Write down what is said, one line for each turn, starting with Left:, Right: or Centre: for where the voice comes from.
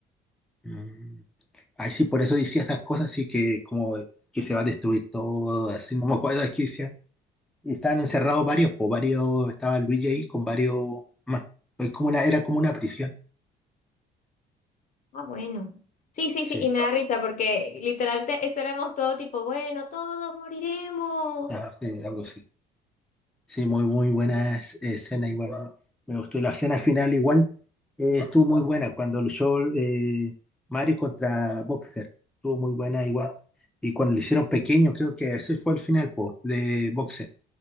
Centre: Mm. Ay, sí, por eso decía esas cosas así que como que se va a destruir todo, así, no me acuerdo de qué decía. Y estaban encerrados varios, pues varios, estaba Luigi ahí con varios más. Es como una, era como una prisión.
Left: Ah, bueno. Sí, sí,
Centre: Sí,
Left: sí, y me da risa porque literalmente eso éramos todo tipo, bueno, todos moriremos.
Centre: Ah, sí, algo así. Sí, muy, muy buena es- escena igual. ¿no? Me gustó. Y la escena final igual eh, estuvo muy buena cuando luchó eh, Mario contra Boxer. Estuvo muy buena igual. Y cuando le hicieron pequeño, creo que ese fue el final po, de Boxer.